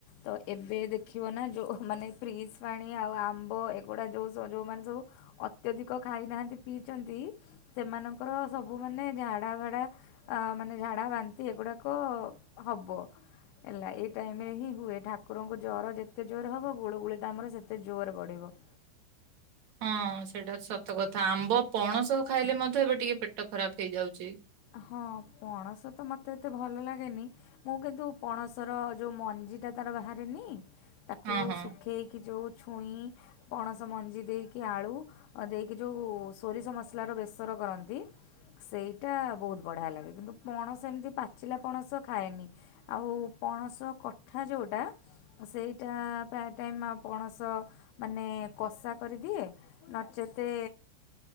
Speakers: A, on the left; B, on the right.
A: ତ ଏବେ ଦେଖିବନା ଯୋଉ ମାନେ ବ୍ରିଜ୍ ପାଣି ଆଉ ଆମ୍ବ ଏଗୁଡ଼ା ଯୋଉ ସବୁ ଯୋଉମାନେ ସବୁ ଅତ୍ୟଧିକ ଖାଇନାହାନ୍ତି ପିଇଚନ୍ତି ସେମାନଙ୍କର ସବୁ ମାନେ ଝାଡା ବାଡ଼ା ଅ ମାନେ ଝାଡ଼ା ବାନ୍ତି ଏଗୁଡ଼ାକ ହବ ହେଲା ଏ ଏ ଟାଇମରେ ହିଁ ହୁଏ ଠାକୁରଙ୍କୁ ଜ୍ୱର ଯେତେ ଜୋର ହବ ଗୁଳୁଗୁଳିଟା ଆମର ସେତେ ଜୋର ବଢ଼ିବ।
B: ହଁ ସେଇଟା ସତକଥା ଆମ୍ବ, ପଣସ ଖାଇଲେ ମଧ୍ୟ ଏବେ ଟିକେ ପେଟ ଖରାପ୍ ହେଇଯାଉଚି।
A: ହଁ ପଣସତ ମୋତେ ଏତେ ଭଲ ଲାଗେନି ମୁଁ କିନ୍ତୁ ପଣସର ଯୋଉ ମଞ୍ଜିଟା ତାର ବାହାରେନି ତାକୁ
B: ହଁ ହଁ
A: ଶୁଖେଇକି ଯଉଁ ଛୁଇଁ ପଣସ ମଞ୍ଜି ଦେଇକି ଆଳୁ ଦେଇକି ଯେଉଁ ସୋରିଷ ମସଲାର ବେସର କରନ୍ତି ସେଇ ଟା ବହୁତ୍ ବଢ଼ିଆ ଲାଗେ ପଣସ ଏମିତି ପାଚିଲା ପଣସ ଖାଏନି। ଆଉ ପଣସ କଠା ଯୋଉଁଟା ସେଇଟା ପ୍ରାୟ ଟାଇମ୍ ଆଉ ପଣସ ମାନେ କଷା କରିଦିଏ। ନଚେତ